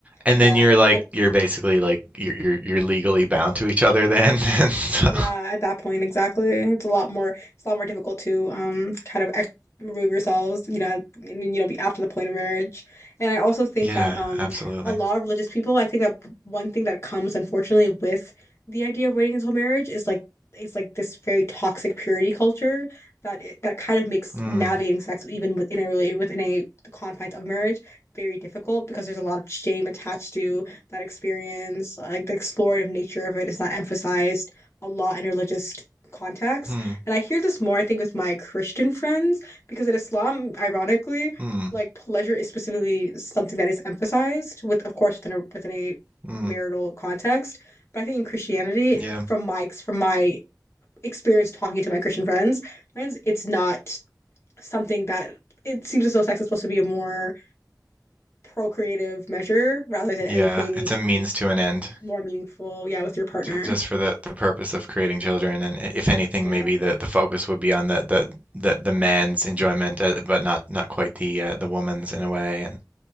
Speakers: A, on the right (about 20°); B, on the left (about 40°).
A: and
B: Yeah.
A: then you're like
B: And
A: you're basically like you're you're, you're legally bound to each other then. <laughs> And so,
B: Yeah, at that point, exactly. It's a lot more it's a lot more difficult to um kind of ex remove yourselves, you know, and, you know, be after the point of marriage. And I also think
A: yeah,
B: that um
A: absolutely.
B: a lot of religious people, I think that one thing that comes unfortunately with the idea of waiting until marriage is like it's like this very toxic purity culture that it, that kind of makes
A: Hmm.
B: navigating sex even within a related within a the confines of marriage very difficult because there's a lot of shame attached to that experience. Like the explorative nature of it is not emphasized a lot in religious contexts.
A: Hmm.
B: And I hear this more, I think, with my Christian friends, because in Islam, ironically,
A: Hmm.
B: like pleasure is specifically something that is emphasized with, of course, within a within a
A: Hmm.
B: marital context. But I think in Christianity,
A: Yeah.
B: from my from my experience talking to my Christian friends, friends, it's not something that it seems as though sex is supposed to be a more procreative measure rather than
A: Yeah.
B: anything
A: It's a means
B: like
A: to an end.
B: more meaningful, yeah, with your partner.
A: Ju- just for the, the purpose of creating children, and i- if anything,
B: Yeah,
A: maybe the, the focus would be on the the, the, the man's enjoyment, uh, but not not quite the uh, the woman's in a way. And